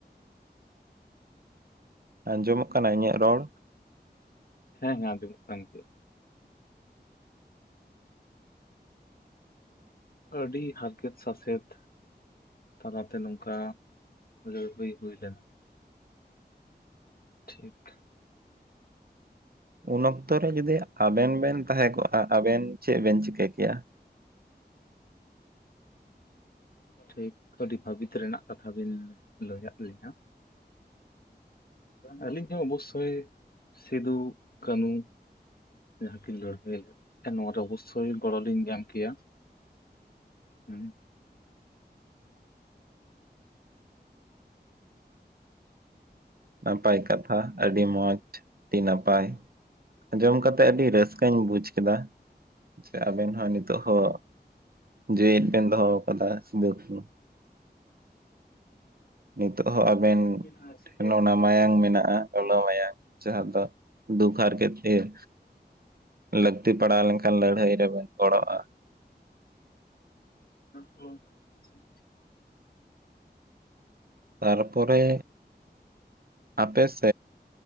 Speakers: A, on the right; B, on the left.
A: ᱟᱸᱡᱚᱢᱚᱜ ᱠᱟᱱᱟ ᱤᱧᱟᱹᱜ ᱨᱚᱲ?
B: ᱦᱮᱸ ᱦᱮᱸ ᱟᱸᱡᱚᱢᱚᱜ ᱠᱟᱱᱟ ᱱᱤᱛᱚᱜ᱾ ᱟᱹᱰᱤ ᱦᱟᱨᱠᱮᱛ ᱥᱟᱥᱮᱛ ᱛᱟᱞᱟᱛᱮ ᱱᱚᱝᱠᱟ ᱞᱟᱹᱲᱦᱟᱹᱭ ᱦᱩᱭ ᱦᱩᱭ ᱞᱮᱱᱟ᱾ ᱴᱷᱤᱠ᱾
A: ᱩᱱ ᱚᱠᱛᱚ ᱨᱮ ᱡᱩᱫᱤ ᱟᱵᱮᱱ ᱵᱮᱱ ᱛᱟᱦᱮᱸ ᱠᱚᱜᱼᱟ ᱟᱵᱮᱱ ᱪᱮᱫ ᱵᱮᱱ ᱪᱤᱠᱟᱹ ᱠᱮᱭᱟ?
B: ᱴᱷᱤᱠ ᱟᱹᱰᱤ ᱵᱷᱟᱹᱵᱤᱛ ᱨᱮᱱᱟᱜ ᱠᱟᱛᱷᱟ ᱵᱤᱱ ᱞᱟᱹᱭᱟᱭᱟᱜ ᱞᱤᱧᱟᱹ᱾ ᱟᱹᱞᱤᱧ ᱦᱚᱸ ᱚᱵᱚᱥᱥᱳᱭ ᱥᱤᱫᱩ ᱠᱟᱹᱱᱩ ᱡᱟᱦᱟᱸ ᱠᱤᱱ ᱞᱟᱹᱲᱦᱟᱹᱭ ᱞᱮᱫᱟ, ᱱᱚᱣᱟ ᱨᱮ ᱚᱵᱚᱥᱥᱳᱭ ᱜᱚᱲᱚ ᱞᱤᱧ ᱧᱟᱢ ᱠᱮᱭᱟ᱾ ᱦᱮᱸ᱾
A: ᱱᱟᱯᱟᱭ ᱠᱟᱛᱷᱟ, ᱟᱹᱰᱤ ᱢᱚᱸᱡᱽ, ᱟᱹᱰᱤ ᱱᱟᱯᱟᱭ ᱟᱸ ᱡᱚᱢ ᱠᱟᱛᱮᱜ ᱟᱹᱰᱤ ᱨᱟᱹᱥᱠᱟᱹᱧ ᱵᱩᱡᱽ ᱠᱮᱫᱟ ᱡᱴᱥᱮ ᱟᱵᱮᱱ ᱦᱚᱸ ᱱᱤᱛᱚᱜ ᱦᱚᱸ ᱡᱮᱣᱮᱫ ᱵᱮᱱ ᱫᱚᱦᱚ ᱟᱠᱟᱫᱟ ᱥᱤᱫᱩ ᱠᱟᱹᱱᱦᱩ᱾ ᱱᱤᱛᱚᱜ ᱦᱚᱸ ᱟᱵᱮᱱ
B: <inaudible>
A: ᱱᱚᱜ-ᱚ ᱱᱟ ᱢᱟᱭᱟᱝ ᱢᱮᱱᱟᱜᱼᱟ ᱞᱚᱞᱚ ᱢᱟᱭᱟᱝ, ᱡᱟᱦᱟᱸ ᱫᱚ ᱫᱩᱠ ᱦᱟᱨᱠᱮᱛ ᱤᱭᱟᱹ ᱞᱟᱹᱠᱛᱤ ᱯᱟᱲᱟᱣ ᱞᱮᱱᱠᱷᱟᱱ ᱞᱟᱹᱲᱦᱟᱹᱭ ᱨᱮᱵᱮᱱ ᱜᱚᱲᱚᱜᱼᱟ᱾
B: <inaudible>
A: ᱛᱟᱨᱯᱚᱨᱮ ᱟᱯᱮ ᱥ